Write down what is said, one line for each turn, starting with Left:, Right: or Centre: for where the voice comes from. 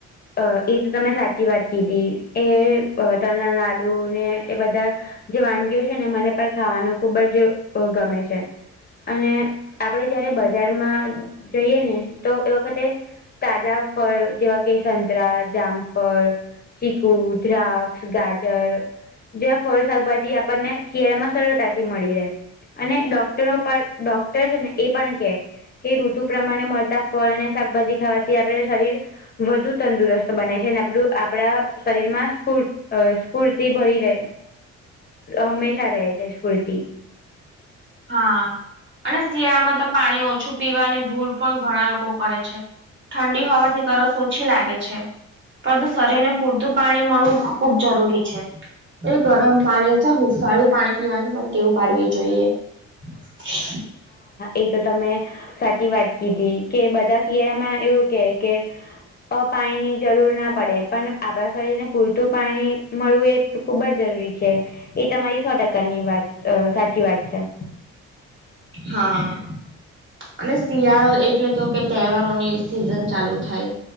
Left: અ એ તો તમે સાચી વાત કીધી એ તલના લાડુ ને એ બધા જે વાનગીઓ છે ને મને પણ ખાવાનું ખુબ જ ગમે છે. અને આપડે જયારે બજારમાં જઈએ ને તો એ વખતે, તાજા ફળ જેવા કે સંતરા, જામફળ ચીકુ, દ્રાક્ષ, ગાજર જેવા ફળ, શાકભાજી આપણને શિયાળામાં સરળતાથી મળી રહે. અને ડોક્ટરો પણ ડોક્ટર છે ને એ પણ કહે કે ઋતુ પ્રમાણે ફળ અને શાકભાજી ખાવાથી આપણે શરીર. વધુ તંદુરસ્ત બને છે અને આપું આપણા શરીરમાં સ્ફૂર્તિ ભળી રહે, હંમેશા રહે છે. સ્ફૂર્તિ.
Right: હા અને શિયાળામાં તો પાણી ઓછું પીવાની ભૂલ પણ ઘણા લોકો કરે છે. ઠંડી હોવાથી તરસ ઓછી લાગે છે. પરંતુ શરીર ને પૂરતું પાણી મળવું ખુબ જરૂરી છે. એ ગરમ પાણી અથવા હુંફાળું પાણી પીવાની પણ ટેવ પાડવી જોઈએ. <inaudible> <unintelligible>
Left: એ તો તમે સાચી વાત કીધી કે બધા શિયાળામાં એવું કે પાણીની જરૂર ના પડે પણ આપણા શરીરને પૂરતું પાણી મળવું એ ખુબ જ જરૂરી છે. એ તમારી સો ટકાની વાત સાચી વાત છે.
Right: હા. અને શિયાળો એટલે તો કે તહેવારોની સિઝન ચાલુ થાય.